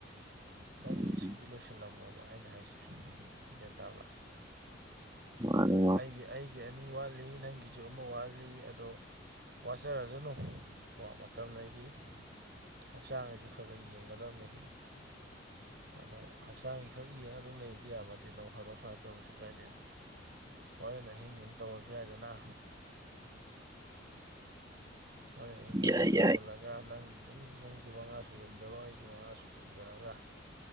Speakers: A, on the right (about 60°); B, on the right (about 20°).
A: ꯅꯪꯒꯤ
B: ꯎꯝ
A: ꯁꯤꯗꯤ ꯂꯣꯏꯁꯜꯂꯝꯃꯣꯕ ꯑꯩꯅ ꯍꯥꯏꯁꯦ ꯒ꯭ꯌꯥꯟ ꯇꯥꯕ꯭ꯔꯥ
B: ꯃ ꯅ‌ꯦ
A: ꯑꯩꯒꯤ ꯑꯩꯒꯤ ꯑꯅꯤ ꯋꯥꯠꯂꯤ ꯅꯪꯒꯤ ꯖꯨ ꯑꯃ ꯋꯥꯠꯂꯤ ꯑꯗꯣ ꯋꯥꯠꯆꯔꯖꯅꯨ ꯀꯣ ꯃꯇꯝ ꯂꯩꯔꯤ ꯍꯛꯆꯥꯡ ꯒꯖꯨ ꯈꯔ ꯈꯔ ꯌꯦꯡꯒꯗꯕꯅ‌ꯦ ꯑꯗꯣ ꯍꯛꯆꯥꯡꯒꯤ ꯈꯛ ꯌꯦꯡꯉꯒ ꯑꯗꯨꯝ ꯂꯩꯕꯗꯤ ꯌꯥꯕ ꯅꯠꯇ‌ꯦ ꯅꯣꯡꯐꯥꯗ‌ꯣꯛ ꯁꯨꯃꯥꯏꯅ ꯇꯧꯔꯁꯨ ꯀꯥꯏꯗꯦ ꯑꯗꯨꯣ ꯍꯣꯔꯦꯜ ꯑꯍꯤꯡ ꯑꯗꯨꯝ ꯇꯧꯔꯁꯨ ꯌꯥꯏꯗꯅ ꯍ‌ꯣꯌ‌ꯦꯜ ꯑꯍꯤꯡꯗ
B: ꯌꯥꯏ
A: ꯑꯃꯝ ꯃꯝ ꯂ‌ꯣꯏꯁꯜ
B: ꯌꯥꯏ
A: ꯂ ꯅꯪꯒꯤ ꯑꯗꯨꯝ ꯅꯪꯁꯨ ꯃꯉꯥ ꯁꯨꯖꯟꯖꯔꯣ ꯑꯩꯁꯨ ꯃꯉꯥ ꯁꯨꯖꯟꯖꯔꯒ